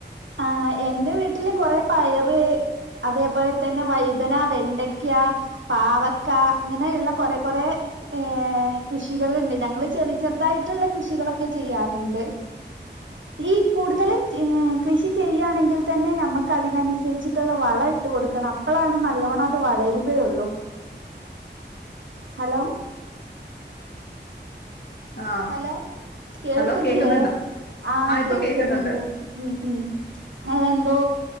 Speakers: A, on the right; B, on the left.
A: ആഹ് എന്റെ വീട്ടില് കൊറേപയറ് അതേപോലെതന്നെ വൈതനാ വെണ്ടയ്ക്ക പാവക്ക ഇങ്ങനെയുള്ള കൊറെകൊറേ ഏഹ് കൃഷികള്ണ്ട് ഞങ്ങള് ചെറിചെർതായിട്ട്ള്ള കൃഷികളൊക്കെ ചെയ്യാറ്ണ്ട്. ഈ കൂടുതലും ഈഹ് കൃഷി ചെയ്യാണെങ്കിൽതന്നെ നമുക്ക് അതിനനുസരിച്ചിട്ട്ള്ള വളഇട്ട്കൊടുക്കണം അപ്പളാണ് നല്ലോണത് വളരും വേ ഒള്ളൂ ഹലോ
B: ആഹ്
A: ഹലോ കേൾക്ക്ന്നില്ലേ
B: ഹലോ കേക്കുന്നുണ്ടോ
A: ആ
B: ആഹ് ഇപ്പൊ
A: കേൾക്ക്‌ന്ന്ണ്ട്
B: കേക്കുന്നുണ്ട്
A: ഉം ഉം എന്തോ